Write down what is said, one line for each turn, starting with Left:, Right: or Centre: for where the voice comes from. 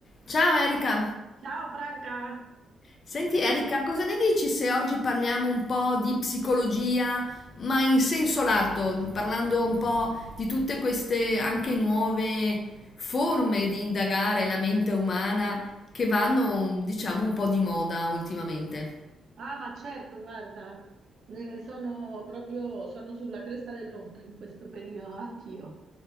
Left: Ciao Erika,
Right: Ciao Franca,
Left: senti Erika,
Right: eccoci.
Left: cosa ne dici se oggi parliamo un po' di psicologia, ma in senso lato, parlando un po' di tutte queste anche nuove forme di indagare la mente umana che vanno, diciamo, un po' di moda ultimamente?
Right: Ah, ma certo, guarda, eh, sono proprio sono sulla cresta dell'onda in questo periodo, anch'io.